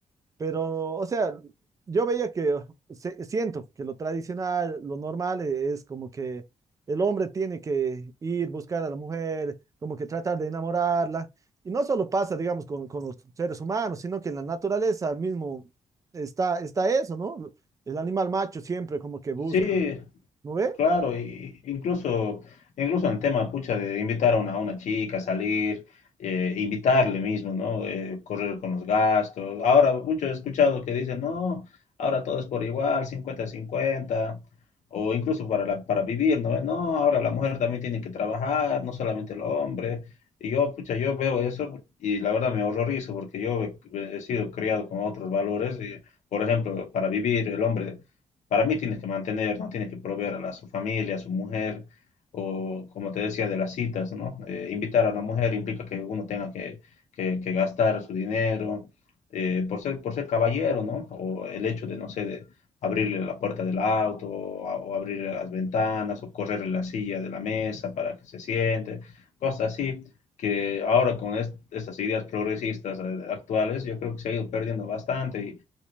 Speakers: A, on the right (about 25°); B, on the left (about 75°).
A: Pero, o sea, yo veía que, se- siento que lo tradicional, lo normal e- es como que el hombre tiene que ir buscar a la mujer, como que tratar de enamorarla. Y no solo pasa, digamos, con, con los seres humanos, sino que en la naturaleza mismo está, está eso, ¿no? El animal macho siempre como que busca,
B: Sí,
A: ¿no ve?
B: Claro, y- incluso, incluso en el tema, pucha, de invitar a una, a una chica a salir, eh, invitarle mismo, ¿no? Eh, correr con los gastos. Ahora, mucho he escuchado que dicen, no, ahora todo es por igual, cincuenta-cincuenta, o incluso para, la- para vivir, ¿no? No, ahora la mujer también tiene que trabajar, no solamente el hombre. Y yo, pucha, yo veo eso y la verdad me horrorizo porque yo he, he sido criado con otros valores y, por ejemplo, para vivir el hombre para mí tienes que mantener, ¿no? Tienes que proveer a, la- a su familia, a su mujer, o como te decía, de las citas, ¿no? Eh, invitar a la mujer implica que uno tenga que, que- que gastar su dinero, eh, por ser, por ser caballero, ¿no? O el hecho de, no sé, de abrirle la puerta del auto, o, a- o abrirle las ventanas, o correrle la silla de la mesa para que se siente, cosas así, que ahora con est- estas ideas progresistas eh, actuales, yo creo que se ha ido perdiendo bastante y